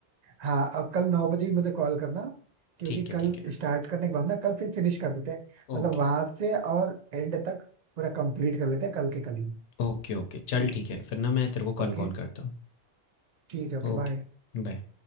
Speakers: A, on the right (about 45°); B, on the left (about 75°).
A: हाँ अब कल नौ बजे ही मुझे कॉल करना क्योंकि
B: ठीक है
A: कल
B: ठीक है
A: स्टार्ट करने के बाद ना कल फिर फिनिश कर देते हैं मतलब
B: ओके
A: वहां से और एंड तक पूरा कंप्लीट कर लेते हैं कल के कल ही
B: ओके ओके चल ठीक है फिर ना मैं तेरे को
A: ओके
B: कल कॉल करता हूँ
A: ठीक है Okay
B: ओके
A: bye
B: बाय